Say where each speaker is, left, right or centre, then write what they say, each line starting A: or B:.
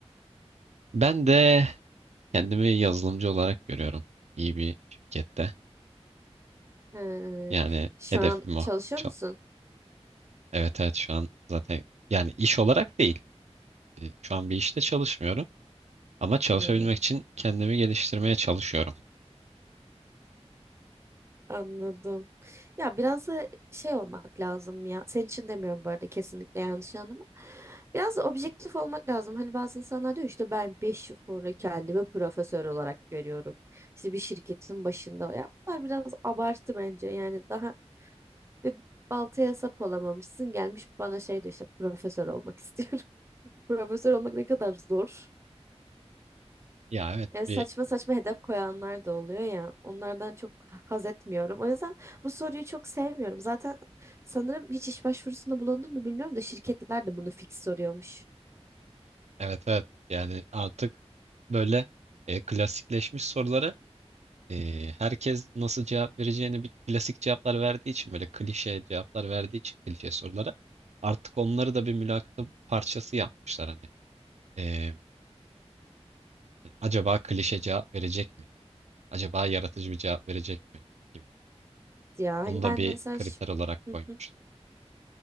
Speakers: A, on the right (about 80°); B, on the right (about 25°).
A: Ben de kendimi yazılımcı olarak görüyorum. İyi bir şirkette.
B: He,
A: Yani
B: şu
A: hedefim
B: an
A: o.
B: çalışıyor
A: Çal-
B: musun?
A: Evet evet şu an zaten yani iş olarak değil. E, Şu an bir işte çalışmıyorum. Ama çalışabilmek
B: Hmm.
A: için kendimi geliştirmeye çalışıyorum.
B: Anladım. Ya biraz da şey olmak lazım ya. Senin için demiyorum bu arada kesinlikle yanlış anlama. Biraz da objektif olmak lazım. Hani bazı insanlar diyor işte ben 5 yıl sonra kendimi profesör olarak görüyorum. İşte bir şirketin başında. Ya bunlar biraz abartı bence. Yani daha bir baltaya sap olamamışsın. Gelmiş bana şey diyor işte profesör olmak istiyorum. <laughs> Profesör olmak ne kadar zor.
A: Ya evet
B: E, saçma
A: bir
B: saçma hedef koyanlar da oluyor ya. Onlardan çok haz etmiyorum. O yüzden bu soruyu çok sevmiyorum. Zaten sanırım hiç iş başvurusunda bulundun mu bilmiyorum da şirketler de bunu fix soruyormuş.
A: evet evet yani artık böyle e, klasikleşmiş soruları Ee, herkes nasıl cevap vereceğini bil- klasik cevaplar verdiği için böyle klişe cevaplar verdiği için klişe sorulara artık onları da bir mülakatın parçası yapmışlar hani. Ee, acaba klişe cevap verecek mi? Acaba yaratıcı bir cevap verecek mi? gibi.
B: Ya hani
A: Onu da
B: ben
A: bir
B: mesela
A: kriter
B: ş-
A: olarak
B: Hı
A: koymuşlar.
B: hı.